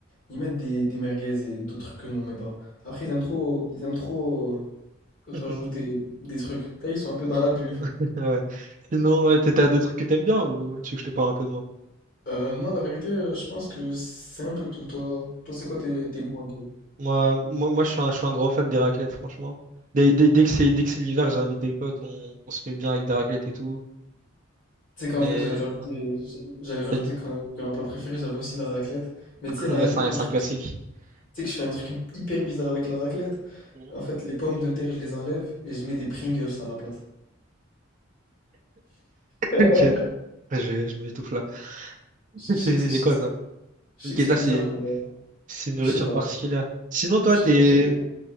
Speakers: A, on the left; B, on the right.
A: ils mettent des, des merguez et d'autres trucs que nous, on met pas. Après, ils aiment trop, ils aiment trop euh,
B: <laughs>
A: rajouter des trucs. Là, ils sont un peu dans l'abus.
B: Ouais. Sinon, ouais, t'as t'as d'autres trucs que t'aimes bien ou tu veux que je te parle un peu de moi?
A: Euh, non, la vérité, euh, je pense que c'est un peu tout. Toi, toi, c'est quoi tes, tes goûts un peu?
B: Moi, moi, moi je suis un, je suis un grand fan des raclettes, franchement. Dès, dès, dès que c'est, dès que c'est l'hiver, j'invite des potes, on, on se met bien avec des raclettes et tout.
A: Tu sais qu'en
B: Mais
A: vrai, j'allais rajouter, j'allais rajouter
B: <laughs>
A: qu'un qu'un plat préféré, j'avais aussi la raclette. Mais tu sais, la
B: c'est
A: raclette,
B: un,
A: moi,
B: c'est
A: je
B: un
A: fais
B: classique.
A: un truc
B: <laughs>
A: sais que je fais un truc hyper bizarre avec la raclette.
B: Mhm.
A: En fait, les pommes de terre, je les enlève et je mets des Pringles à la place. <laughs>
B: Ok, Ouais, je, je m'étouffe là. <laughs>
A: Je
B: C'est
A: sais
B: c'est-
A: que, je sais
B: c'est quoi
A: que-
B: ça?
A: je
B: Ok,
A: sais que c'est
B: ça,
A: bizarre,
B: c'est
A: mais euh,
B: c'est une nourriture
A: je sais pas.
B: particulière. Sinon, toi,
A: Je
B: t'es,
A: sais pas, j'y vais.